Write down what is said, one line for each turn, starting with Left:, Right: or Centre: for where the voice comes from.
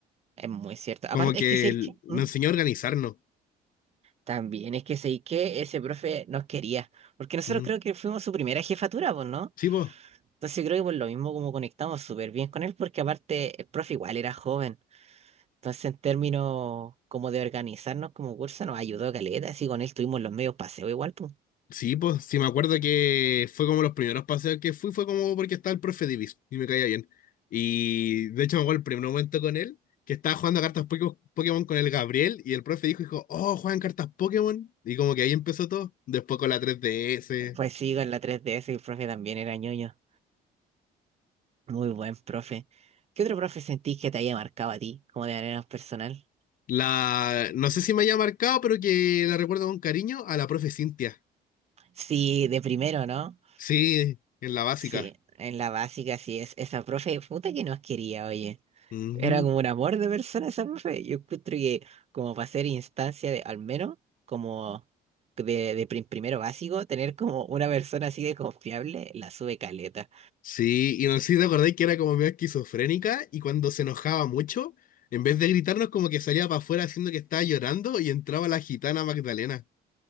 Right: Es muy cierto.
Left: Como
Right: Aparte,
Left: que
Right: es que, ¿sabéis
Left: el-
Right: qué?
Left: nos
Right: ¿Mm?
Left: enseñó a organizarnos.
Right: También es que sé que ese profe nos quería, porque nosotros
Left: Mm.
Right: creo que fuimos su primera jefatura, pues, ¿no?
Left: Sí, pues,
Right: Entonces creo que por lo mismo como conectamos súper bien con él, porque aparte el profe igual era joven. Entonces en términos como de organizarnos como curso nos ayudó caleta, así con él tuvimos los medios paseo igual, pues.
Left: sí, pues, sí me acuerdo que fue como los primeros paseos que fui, fue como porque estaba el profe Divis y me caía bien. Y de hecho me acuerdo el primer momento con él, que estaba jugando a cartas Poké- Pokémon con el Gabriel y el profe dijo, dijo, oh, juegan cartas Pokémon. Y como que ahí empezó todo, después con la 3DS.
Right: Pues sí, con la 3DS el profe también era ñoño. Muy buen profe. ¿Qué otro profe sentís que te haya marcado a ti, como de manera más personal?
Left: La, no sé si me haya marcado, pero que la recuerdo con cariño a la profe Cintia.
Right: Sí, de primero, ¿no?
Left: Sí, en la básica.
Right: Sí, en la básica sí es esa profe puta que nos quería, oye.
Left: Ujú.
Right: Era como un amor de persona esa profe. Yo encuentro que como para ser instancia de, al menos, como de, de prim- primero básico, tener como una persona así de confiable, la sube caleta.
Left: Sí, y no sé si te acordáis que era como medio esquizofrénica y cuando se enojaba mucho, en vez de gritarnos como que salía para afuera haciendo que estaba llorando y entraba la gitana Magdalena.